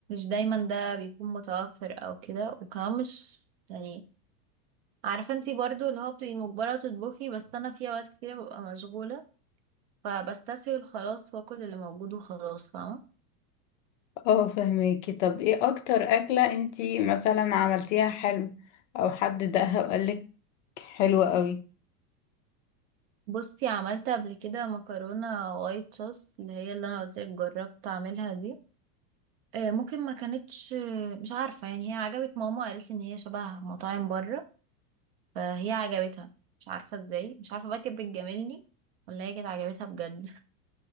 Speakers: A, on the right; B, on the left.
A: دايما ده بيكون متوفر او كده وكمان مش يعني عارفة انتي برضو اللي هو بتبقي مجبرة تطبخي بس انا في اوقات كتيرة ببقى مشغولة فبستسهل خلاص واكل اللي موجود وخلاص فاهمة
B: اه فهماكي طب ايه أكتر أكلة انتي مثلا عملتيها حلو أو حد دقها وقالك حلوة قوي
A: بصي عملت قبل كده مكرونة وايت صوص اللي هي اللي انا قلتلك جربت اعملها دي آه، ممكن ما كانتش آه، مش عارفة يعني هي عجبت ماما قالت لي ان هي شبه مطاعم بره فهي عجبتها مش عارفة ازاي مش عارفة بقى كانت بتجاملني ولا هي كانت عجبتها بجد